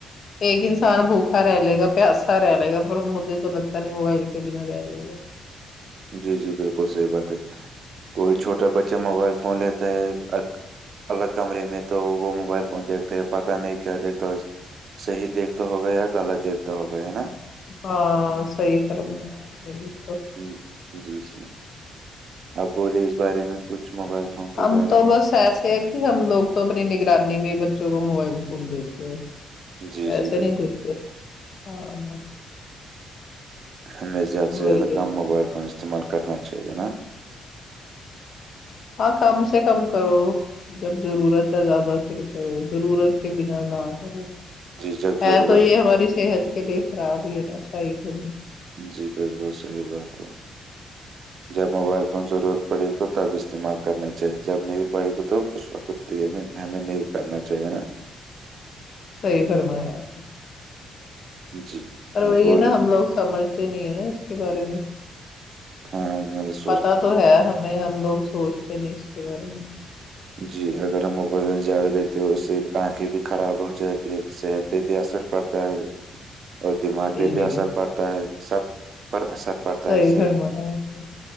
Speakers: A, on the left; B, on the right.
A: ایک انسان بھوک رہ لے گا پیاسا رہ لےا مجھے تو لگتا نہیں موبائل کے بنا رہ لے گا
B: جی جی بالکل صحیح بات ہے کوئی چھوٹا بچہ موبائل فون لیتا ہے الگ کمرے میں تو وہ موبائل فون دیکھتے ہیں پتہ نہیں کیا دیکھتا اس صحیح دیکھتا ہوگا یا غلط دیکھتا ہوگا ہے نا
A: ہاں صحیح فرمایا آپ میں تو
B: ہ جی جی اپ بولے اس بارے میں کچھ موبائل فون
A: ہم
B: کے بارے
A: تو بس ایسے ہے کہ ہم لوگ تو اپنی نگرانی میں بچوں کو موبائل فون دیکتے ہیں
B: میں جی
A: ویسے
B: جی بالکل
A: نہیں کرتے ہاں
B: ہمیں زیادہ سے
A: وہی
B: زیادہ
A: ہے
B: کم موبائل فون استعمال کرنا چاہیے نا
A: ہاں کم سے کم کرو جب ضرورت ہے زیادہ فھر کرو ضرورت کے بنا نہ کرو
B: جی جب
A: ہے
B: ضرورت
A: تو یہ ہماری صحت کے لیے خراب ہی ہے نا صحی تو نہیں
B: جی بالکل صحیح بات ہے جب موبائل فون ضرورت پڑی تو تب استعمال کرنا چاہیے جب نہیں پڑے گی تو اس وقت ہمیں ہمیں نہیں کرنا چاہیے نا
A: صحیح فرمایا
B: جی
A: پر وہی
B: آپ بولے
A: ہے نا ہم لوگ سمجھتے نہیں ہے نا اس کے بارے میں
B: ہاں م <unintelligible>
A: پتا تو ہے ہمیں ہم لوگ سوچتے نہیں اس کے بارے میں
B: جی اگر ہم موبائل زیادہ دیکھتے ہو اس سے آنکھیں بھی خراب ہو جاتی ہے صحت پہ بھی اثر پڑتا ہے
A: <inaudible>
B: اور دماغ
A: جی
B: میں بھی اثر پڑتا ہے سب پر اثر پڑتا
A: صحیح
B: ہے اس سے
A: فرمایا آپ نے